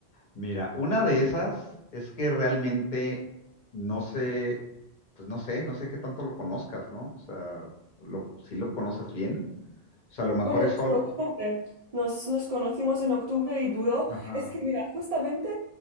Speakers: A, on the left; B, on the right.
A: Mira, una de esas es que realmente no sé, pues no sé, no sé qué tanto lo conozcas, ¿no? O sea, lo, si lo conoces bien, o sea, a lo mejor
B: Bueno,
A: es
B: desde
A: solo.
B: octubre. Nos, nos conocimos en octubre y duró.
A: Ajá.
B: Es que mira, justamente